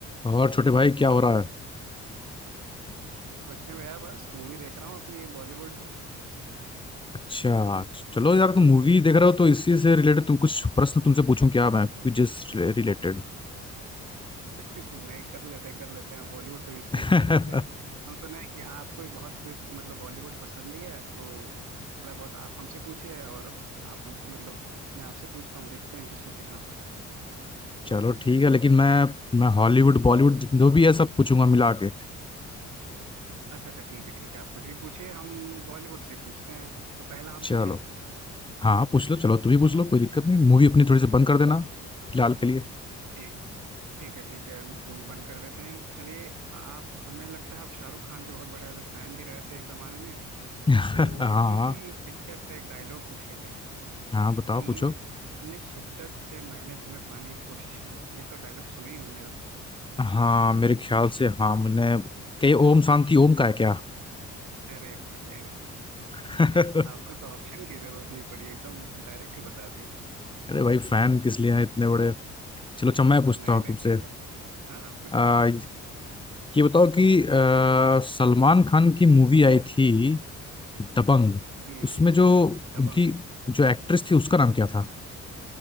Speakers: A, on the left; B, on the right.
A: और छोटे भाई क्या हो रहा है
B: कुछ नहीं भैया बस मूवी देख रहा हूँ अपनी ये बॉलीवुड
A: अच्छा चलो यार तुम मूवी देख रहे हो तो इसी से रिलेटेड तुम कुछ प्रश्न तुमसे पूछूं क्या मैं क्विजेस रिलेटेड
B: <laughs> नहीं कर लेते कर लेते हैं हम बॉलीवुड पे भी
A: <laughs>
B: क्विज कर लेते हैं हम सुना है कि आपको ही बहुत क्विज मतलब बॉलीवुड पसंद ही है तो थोड़ा बहुत आप हमसे पूछिए और आप हम मतलब मैं आपसे पूछता हूँ देखते हैं किसको कितना पता है
A: चलो ठीक है लेकिन मैं मैं हॉलीवुड बॉलीवुड जो भी है सब पूछूंगा मिला के
B: अच्छा अच्छा ठीक है ठीक है आप कुछ भी पूछिए हम बॉलीवुड से पूछते हैं तो पहला हम
A: चलो
B: पूछें
A: हाँ पूछ लो चलो तुम भी पूछ लो कोई दिक्कत नहीं मूवी अपनी थोड़ी सी बंद कर देना फिलहाल के लिए
B: ठीक ठीक है ठीक है हम मूवी बंद कर देते हैं चलिए आप हमें लगता है आप शाहरुख खान के बहुत बड़े वाले फैन भी रहे थे एक जमाने में
A: <laughs>
B: तो
A: हाँ हाँ
B: उन्हीं की पिक्चर से एक डायलॉग पूछ लेते हैं
A: हाँ
B: कि
A: बताओ पूछो
B: इतने शिद्दत से मैंने तुम्हें पाने की कोशिश की है ये तो डायलॉग सुने ही होंगे आप
A: हाँ मेरे ख्याल से हाँ मैंने क्या ये ओम शांति ओम का है क्या
B: अरे भाई
A: <laughs> अरे
B: <laughs> आपको तो ऑप्शन की जरूरत नहीं पड़ी एकदम डायरेक्ट ही बता दिए
A: भाई फैन किस लिए हैं इतने बड़े चलो अच्छा मैं पूछता
B: नहीं
A: हूँ
B: नहीं
A: तुमसे
B: सही बात हाँ हाँ पूछिए
A: आ, ये बताओ कि अ, सलमान खान की मूवी आई थी दबंग
B: हम्म
A: इसमें जो
B: दबंग
A: उनकी जो एक्ट्रेस थी उसका नाम क्या था